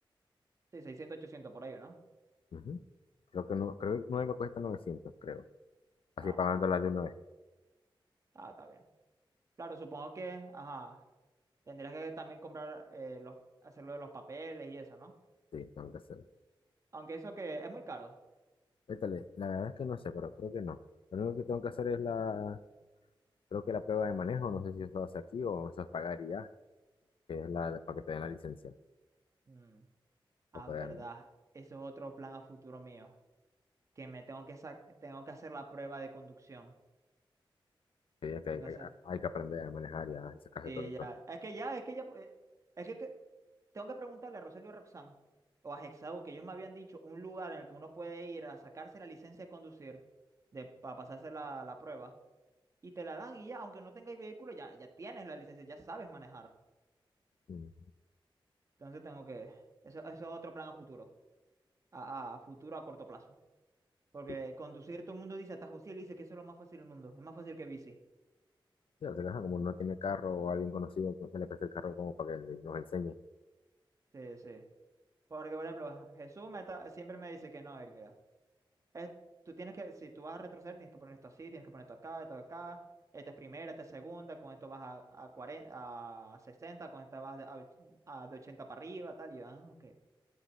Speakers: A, on the right; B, on the left.
A: Sí, seiscientos ochocientos por ahí, ¿no?
B: Ujú. Creo que no, creo que nueva cuesta 900 creo. Así
A: Ah,
B: pagándola
A: bueno.
B: de una vez.
A: Ah, está bien. Claro, supongo que, ajá, tendrías que también comprar, eh, los, hacerlo de los papeles y eso, ¿no?
B: Sí, tengo que hacerlo.
A: Aunque eso que es muy caro.
B: Échale, la verdad es que no sé, pero creo que no. Lo único que tengo que hacer es la, creo que la prueba de manejo, no sé si eso hace aquí o eso es pagar y ya, que es la de- para que te den la licencia
A: Mm, a
B: o poder
A: verdad,
B: andar.
A: eso es otro plan a futuro mío, que me tengo que sa- tengo que hacer la prueba de conducción.
B: Sí, es que
A: Tengo
B: hay,
A: que
B: hay-
A: hacer.
B: hay que aprender a manejar y a sacarse
A: Sí,
B: todo eso.
A: ya. Es que ya, es que ya, eh, es que, que- tengo que preguntarle a Rogelio y a Roxanne o a Hexau, que ellos me habían dicho un lugar en el que uno puede ir a sacarse la licencia de conducir, de, para pasarse la la prueba y te la dan y ya, aunque no tengáis vehículo, ya, ya tienes la licencia, ya sabes manejar.
B: Ujú.
A: Entonces tengo que, eso, eso es otro plan a futuro, a, a futuro a corto plazo. Porque
B: Sí.
A: conducir todo el mundo dice, hasta José le dice que eso es lo más fácil del mundo, es más fácil que bici.
B: Sí, o sea, que, ajá, como no tiene carro o alguien conocido que que le preste el carro como para que nos enseñe.
A: Sí, sí. Porque, por ejemplo, Jesús me está- siempre me dice que no, Eri, mira, es- tú tienes que, si tú vas a retroceder, tienes que poner esto así, tienes que poner esto acá, esto acá, esta es primera, esta es segunda, con esto vas a, a 40 a sesenta con esta vas de, a, och- a de 80 para arriba, tal, y yo, ah, ok.